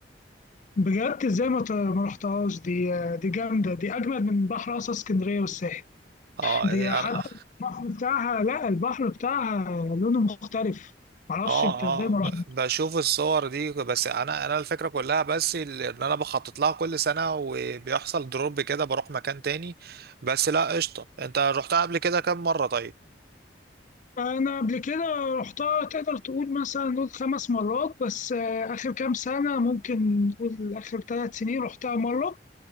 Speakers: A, on the left (about 45°); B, on the right (about 60°).
A: بجد ازاي ما ت- ما رحتهاش دي آه، دي جامدة دي أجمد من بحر أصلا اسكندرية والساحل
B: اه
A: دي
B: هي
A: حتى
B: انا
A: البحر بتاعها لا البحر بتاعها لونه مختلف معرفش
B: اه
A: انت ازاي ما
B: اه ب-
A: رحت
B: بشوف الصور دي بس انا انا الفكره كلها بس ال- ان انا بخطط لها كل سنه وبيحصل دروب كده بروح مكان تاني بس لا قشطه انت روحتها قبل كده كام مره طيب
A: انا قبل كده رحتها تقدر تقول مثلا نقول خمس مرات بس آه، اخر كام سنه ممكن نقول اخر ثلاث سنين رحتها مره